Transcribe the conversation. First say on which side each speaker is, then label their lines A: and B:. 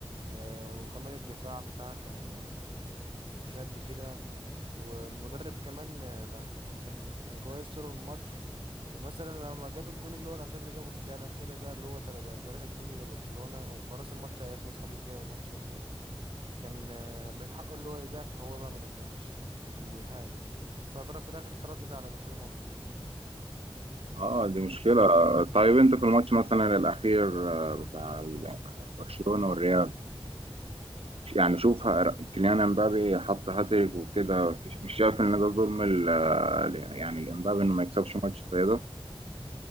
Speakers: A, on the right (about 60°); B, on the right (about 75°).
A: آه، وكمان الدفاع بتاعها كان آه، مش قد كده والمدرب كمان آه، لو- كان كان كويس طول الماتش ومثلا لما جاب الجون اللي هو الأخير اللي جابه في الدقيقة الأخيرة ده اللي هو 3 2 لبرشلونة وخلاص الماتش هيخلص خمس دقايق والماتش يخلص كان آه، من حقه اللي هو يدافع هو بقى ما دافعش كان بيهاجم فاضطر في الاخر تردد على برشلونة وجون
B: اه دي مشكله طيب انت في الماتش مثلا الاخير آه، بتاع ال- برشلونه والريال يعني شوف ه- كيليان امبابي حط هاتريك وكده مش مش شايف ان ده ظلم ال- يعني الامبابي انه ما يكسبش ماتش زي ده؟